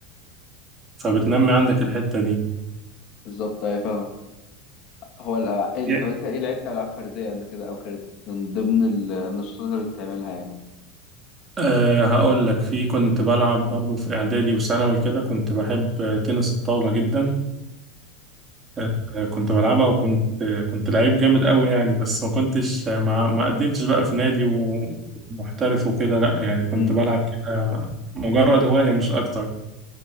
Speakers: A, on the right; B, on the left.
A: فبتنمي عندك الحتة دي
B: بالظبط أيوة فاهمك هو الألعاب
A: يا-
B: إيه- طب أنت إيه لعبت ألعاب فردية قبل كده أو كانت من ضمن النشاطات اللي بتعملها يعني؟
A: أه هقول لك في كنت بلعب برضه في إعدادي وثانوي كده كنت بحب آه، تنس الطاولة جدا أه كنت بلعبها وكنت آه، كنت لعيب جامد قوي يعني بس ما كنتش آه، ما, ما قدمتش بقى في نادي ومحترف وكده لا يعني كنت
B: امم
A: بلعب كده مجرد هواية مش أكتر